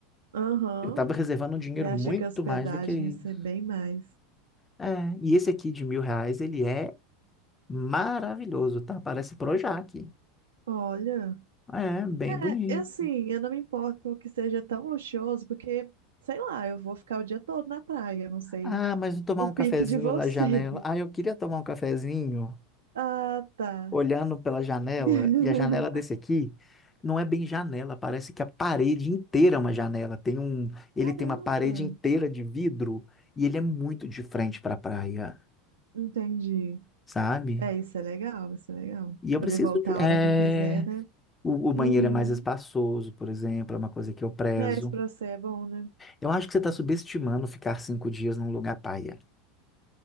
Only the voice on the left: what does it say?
Eu estava reservando um dinheiro
muito
mais do que isso.
É, e esse aqui de mil reais, ele é maravilhoso, tá? Parece Projac.
É, bem
bonito.
Ah, mas não tomar
um
cafezinho
na janela. Ah, eu queria tomar um cafezinho
olhando pela janela,
e a janela desse aqui não é bem janela, parece que a parede inteira é uma janela. Tem um, ele
tem uma parede inteira de vidro e ele é muito de frente para a praia,
sabe?
E eu
preciso
de,
é,
o, o banheiro
é mais espaçoso, por exemplo, é uma coisa que eu prezo.
Eu acho que você está subestimando ficar cinco dias num lugar paia.